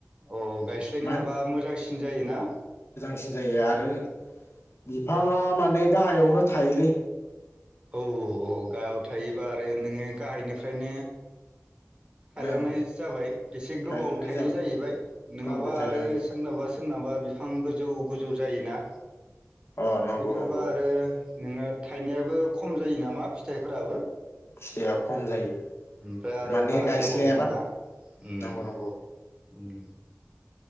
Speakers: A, on the right; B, on the left.
A: औ गायस्लायनो
B: मान
A: हाबा मोजांसिन जायोना?
B: सिन जायो आरो। बिफाङा माने गाहायावनो थायोलै।
A: औ औ अ गाहायाव थायोबा आरो नोङो गाहायनिफ्रायनो। थायलांनाय
B: ओं
A: जाबाय एसे
B: थायलांनाय
A: गोबाव थायनाय
B: जाबाय
A: जायैबाय नङाबा
B: गोबाव थायलांनाय
A: आरो
B: जायो
A: सोरनाबा सोरनाबा बिफां गोजौ गोजौ जायोना।
B: अ नंगौ
A: बेफोरबा
B: नंगौ
A: आरो नोङो। थायनायाबो। खम जायो नामा फिथाइफोराबो।
B: फिथाइया खम जायो
A: ओमफ्राय आरो
B: माने
A: बारा
B: गायस्लायाबा
A: गोबाव मोना उम
B: नंगौ नंगौ।
A: उम।